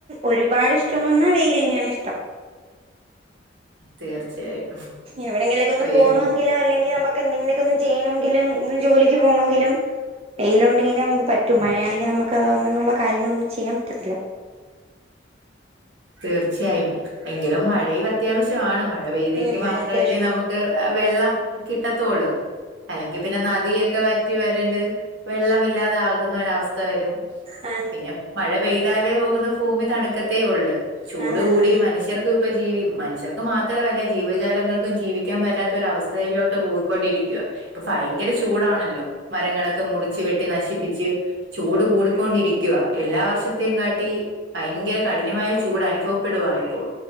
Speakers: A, on the right; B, on the right.
A: ഒരുപാട് ഇഷ്ടമെന്ന് പറഞ്ഞ വെയില് തന്നെയാണ് ഇഷ്ടം
B: തീർച്ചയായും
A: എവിടെങ്കിലൊക്കെ ഒന്ന്
B: വെയ്
A: പോണ--‌ എന്തെങ്കിലും അല്ലെങ്കി നമുക്ക് എന്തെങ്കിലൊക്കെ ഒന്ന് ചെയ്യണമെങ്കിലും ജോലിക്ക് പോണമെങ്കിലും വെയിലുണ്ടെങ്കിലേ നമുക്ക് പറ്റും മഴയാണെങ്കില് നമുക്ക് അതൊന്നും അങ്ങനെയുള്ള കാര്യങ്ങളൊന്നും ചെയ്യാൻ പറ്റത്തില്ല
B: തീർച്ചയായും എങ്കിലും മഴയു അത്യാവശ്യമാണ് മഴ പെയ്തെങ്കിൽ
A: ഉം മഴ
B: മാത്രമല്ലേ
A: അത്യാവശ്യമാണ്
B: നമുക്ക് വെള്ളം കിട്ടത്തോളൂ അല്ലെങ്കി പിന്നെ നദിയെ ക്കെ വറ്റി വരണ്ട് വെള്ളം ഇല്ലാതെ ആകുന്ന ഒരവസ്ഥ വരും
A: ആ
B: പിന്നെ മഴ പെയ്താലേ പോകുന്ന ഫുമി തണുക്കത്തേ ഒള്ള് ചൂട്
A: ആന്നാന്ന്
B: കൂടി മനുഷ്യർക്കും ഇപ്പ ജീവി മനുഷ്യർ മാത്രമല്ല ജീവജാലങ്ങൾക്കും ജീവിക്കാൻ പറ്റാത്ത ഒര അവസ്ഥയിലോട്ട് പോയിക്കൊണ്ടിരിക ഇപ്പൊ ഫയങ്കര ചൂടാണല്ലോ മരങ്ങളൊക്കെ മുറിച്ച് വെട്ടി നശിപ്പിച്ച് ചൂട് കൂടിക്കൊണ്ടിരിക്കവാ എല്ലാ വർഷത്തെയും കാട്ടി ഭയങ്കര കഠിനമായ ചൂട് അനുഭവപ്പെടുവാ ഇപ്പോൾ